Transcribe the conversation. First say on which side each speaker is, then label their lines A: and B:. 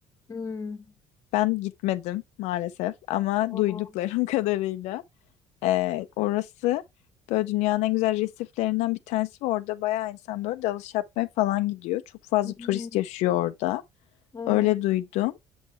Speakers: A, on the left (about 25°); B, on the left (about 75°).
A: Hmm.
B: Ben gitmedim maalesef ama
A: Aa.
B: duyduklarım <laughs> kadarıyla. Ee, orası böyle dünyanın en güzel resiflerinden bir tanesi ve orada bayağı insan böyle dalış yapmaya falan gidiyor. Çok fazla
A: Hmm.
B: turist yaşıyor orada.
A: Aa.
B: Öyle duydum.